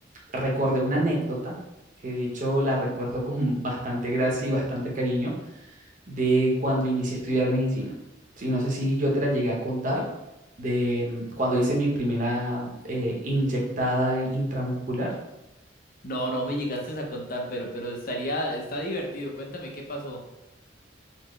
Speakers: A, on the right; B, on the left.
A: recordé una anécdota, que de hecho la recuerdo con bastante gracia y bastante cariño, de cuando inicié a estudiar medicina. Sí, no sé si yo te la llegué a contar, de mm, cuando hice mi primera eh, inyectada intramuscular.
B: No, no me llegaste a contar, pero, pero estaría, está divertido. Cuéntame qué pasó.